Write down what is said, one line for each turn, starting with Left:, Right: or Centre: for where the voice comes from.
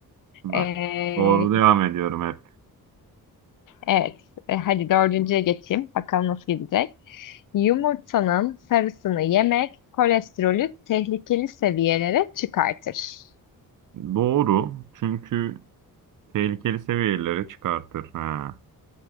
Right: Bak.
Left: E,
Right: Doğru devam ediyorum hep.
Left: Evet, e, hadi dördüncüye geçeyim. Bakalım nasıl gidecek. Yumurtanın sarısını yemek kolesterolü tehlikeli seviyelere çıkartır.
Right: Doğru. Çünkü tehlikeli seviyelere çıkartır. Ha.